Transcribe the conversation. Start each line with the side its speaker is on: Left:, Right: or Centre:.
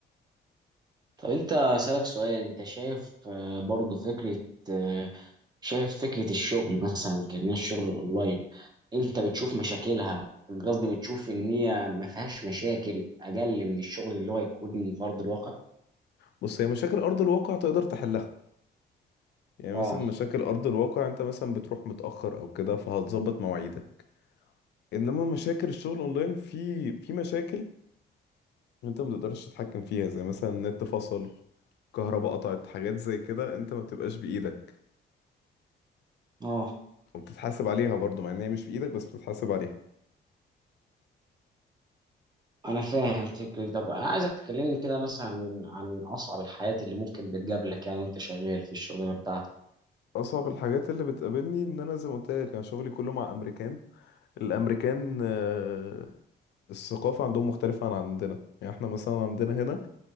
Right: طب انت اسالك سؤال انت شايف آه، برضو فكره آه، شايف فكره الشغل مثلا كان الشغل الاونلاين انت بتشوف مشاكلها قصدي بتشوف ان هي ما فيهاش مشاكل اقل من الشغل اللي هو يكون فرض الواقع
Left: بص هي مشاكل ارض الواقع تقدر تحلها يعني
Right: اه
Left: مثلا مشاكل ارض الواقع انت مثلا بتروح متاخر او كده فهتظبط مواعيدك انما مشاكل الشغل اونلاين في في مشاكل انت ما تقدرش تتحكم فيها زي مثلا النت فصل كهرباء قطعت حاجات زي كده انت ما بتبقاش بايدك
Right: اه
Left: وبتتحاسب عليها برضو مع ان هي مش في ايدك بس بتتحاسب عليها
Right: انا فاهم فكرة طب انا عايزك تكلمني كده مثلا عن اصعب الحالات اللي ممكن بتقابلك يعني وانت شغال في الشغلانه بتاعتك
Left: اصعب الحاجات اللي بتقابلني ان انا زي ما قلت لك انا شغلي كله مع امريكان الامريكان آه، الثقافة عندهم مختلفة عن عندنا يعني احنا مثلا عندنا هنا